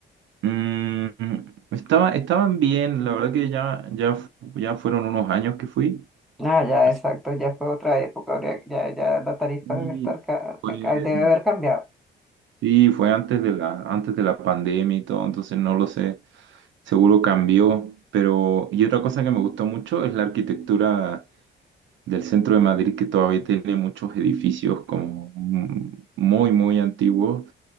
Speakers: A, on the right; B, in the centre.
A: Mm, estaba, estaban bien, la verdad que ya, ya, fu- ya fueron unos años que fui.
B: Ah, ya,
A: Así,
B: exacto, ya fue otra época, habría- ya, ya la tarifa
A: y
B: debe estar, ca-
A: fue,
B: ca- debe haber cambiado.
A: sí, fue antes de la, antes de la pandemia y todo, entonces no lo sé, seguro cambió. Pero, y otra cosa que me gustó mucho es la arquitectura del centro de Madrid, que todavía tiene muchos edificios como mm, muy, muy antiguos,